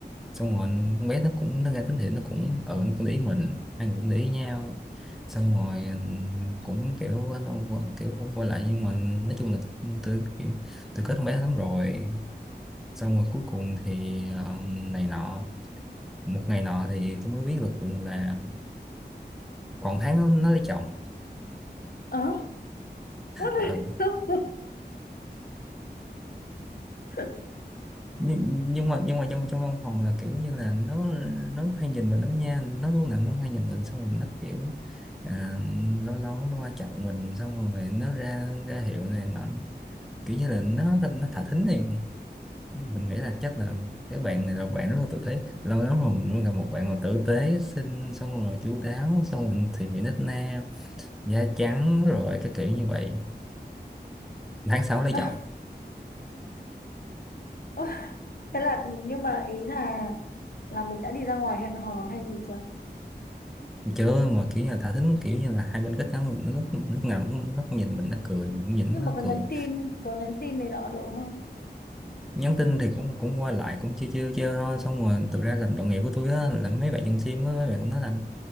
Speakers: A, in the centre; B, on the left.
A: xong rồi con bé nó cũng nó ra tính thiện nó cũng ở ừ, nó cũng để ý mình hai người cũng để ý nhau xong rồi mình cũng kiểu nó kiểu cũng quay lại nhưng mà nói chung là tôi kiểu tôi kết con bé lắm rồi xong rồi cuối cùng thì ờ, này nọ một ngày nọ thì tôi mới biết được là còn tháng nó, nó lấy chồng
B: ờ what
A: ờ.
B: the hell? <laughs>
A: nhưng, nhưng mà nhưng mà trong trong văn phòng là kiểu như là nó nó hay nhìn mình lắm nha nó lúc nào nó hay nhìn mình xong rồi nó kiểu à, lâu lâu nó qua chọc mình xong rồi nó ra ra hiệu này nọ kiểu như là nó nó thả thính này mình nghĩ là chắc là cái bạn này là bạn rất là tử tế lâu lắm rồi mình mới gặp một bạn mà tử tế xinh xong rồi chu đáo xong rồi thì mình nít na da trắng rồi cái kiểu như vậy tháng sáu lấy
B: À,
A: chồng
B: Ôi, Thế là nhưng mà ý là là mình đã đi ra ngoài hẹn hò hay gì chưa?
A: chưa mà kiểu như là thả thính kiểu như là hai bên kết nhau nó lúc lúc nào cũng, nó cũng nhìn mình nó cười mình cũng nhìn
B: Nhưng
A: nó
B: mà có
A: cười
B: nhắn tin, có nhắn tin này nọ được không?
A: nhắn tin thì cũng cũng qua lại cũng chiêu chiêu chiêu thôi xong rồi thực ra là đồng nghiệp của tôi á là mấy bạn nhân sim á mấy bạn cũng nói là